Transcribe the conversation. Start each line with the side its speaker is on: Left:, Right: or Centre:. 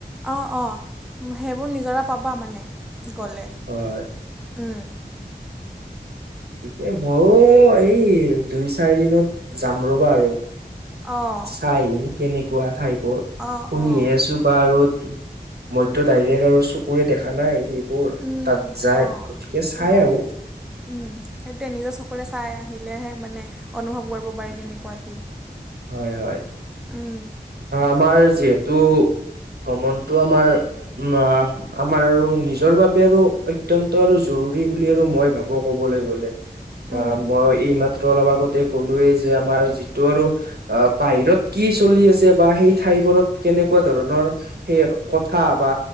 Centre: অ অ সেইবোৰ নিজৰা পাবা মানে গ'লে
Right: হয় হয়
Centre: উম
Right: ঠিকে মইয়ো এই দুই চাৰি দিনত যাম ৰ'বা আৰু
Centre: অ',
Right: চাইম কেনেকুৱা ঠাইবোৰ
Centre: অ',
Right: শুনিয়ে
Centre: অ',
Right: আছো বা আৰু মইতো ডাইৰেক্ট আৰু চকুৰে দেখা নাই সেই বোৰ
Centre: উম,
Right: তাত যায়
Centre: অ'।
Right: গতিকে চাই
Centre: অ',
Right: আহো
Centre: উম সেইটোৱে নিজৰ চকুৰে চাই আহিলেহে মানে অনুভৱ কৰিব পাৰি কেনেকুৱা কি
Right: হয় হয়
Centre: উম,
Right: আমাৰ যিহেতু ভ্ৰমণটো আমাৰ উম আমাৰ আৰু নিজৰ বাবে আৰু অত্যন্ত আৰু জৰুৰী বুলি আৰু মই ভাবো কবলৈ গ'লে
Centre: উম,
Right: বা মই এইমাত্ৰ অলপ আগতে ক'লোয়েই যে আমাৰ যিটো আৰু আহ বাহিৰত কি চলি আছে বা সেই ঠাইবোৰত কেনেকুৱা ধৰণৰ সেই কথা বা